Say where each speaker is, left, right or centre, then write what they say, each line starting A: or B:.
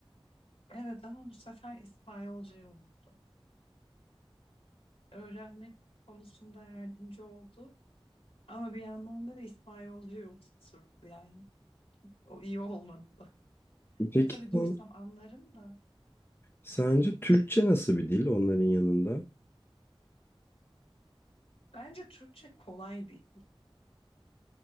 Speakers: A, on the left (about 70°); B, on the left (about 25°).
A: Evet ama bu sefer İspanyolcayı unuttum. Öğrenmek konusunda yardımcı oldu ama bir yandan da İspanyolcayı unuttum yani. O iyi olmadı.
B: Peki
A: E tabii duysam
B: sen-
A: anlarım da.
B: sence Türkçe nasıl bir dil onların yanında?
A: Bence Türkçe kolay bir.